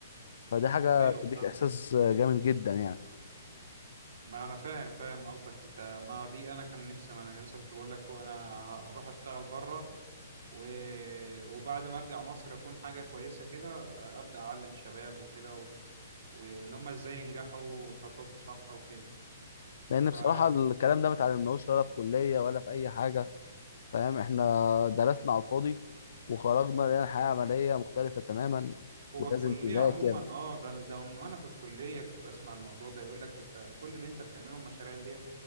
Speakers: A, on the left; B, on the right.
A: فدي حاجة
B: ايوه
A: بتديك
B: فاهم
A: إحساس جامد جدا يعني
B: ما انا فاهم فاهم قصدك انت ما هو دي انا كان نفسي ما انا لسه كنت بقول لك فوق انا هروح اشتغل بره و... وبعد ما ارجع مصر اكون حاجه كويسه كده ابدا اعلم شباب وكده و... وان هم ازاي ينجحوا ويخططوا صح وكده
A: لان
B: فهو
A: بصراحه الكلام ده ما اتعلمناهوش ولا في كليه ولا في اي حاجه فاهم احنا درسنا على الفاضي وخرجنا لقينا الحياه عمليه مختلفه تماما
B: الكليه
A: ولازم تذاكر
B: عموما اه ده ده من وانا في الكليه كنت بسمع الموضوع ده يقول لك انت كل اللي انت بتعمله المشاريع اللي هي